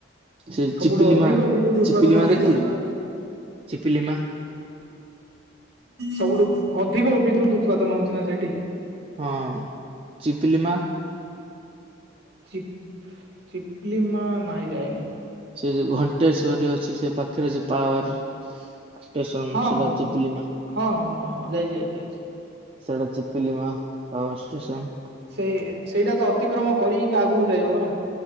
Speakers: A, on the right; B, on the right.
A: ସେ
B: ସବୁଠୁ
A: ଚିପିଲି
B: ଅଧିକ
A: ମା
B: ବିଦ୍ୟୁତ ଉତ୍ପାଦନ
A: ଚିପିଲି ମା
B: ସେଇଠି
A: ଦେଖିଲ।
B: ହଉଛି ପରା
A: ଚିପିଲିମା।
B: ସବୁଠୁ ଅଧିକ ବିଦ୍ୟୁତ ଉତ୍ପାଦନ ହଉଚି ନା ସେଇଠି।
A: ହଁ ଚିପଲିମା।
B: ଚପ୍ ଚିପ୍ଲି ମା ନାଇଁ ଯାଇନି।
A: ସେ ଯୋଉ ଘଣ୍ଟେଶ୍ଵରି ଅଛି ସେ ପାଖରେ ଯୋଉ ପାୱାର ଷ୍ଟେସନ
B: ହଁ
A: ସିଳା
B: ହଁ
A: ଚିପିଲି ମା।
B: ହଁ ହଁ ହଁ ଯାଇଛି ଯାଇଛି ଯାଇଛି।
A: ସେଇଡା ଚିପିଲିମା ପାୱାର ଷ୍ଟେସନ।
B: ସେଇ ସେଇଟା ତ ଅତିକ୍ରମ କରିକି ଆଗକୁ ଯାଇ ହବ ନା।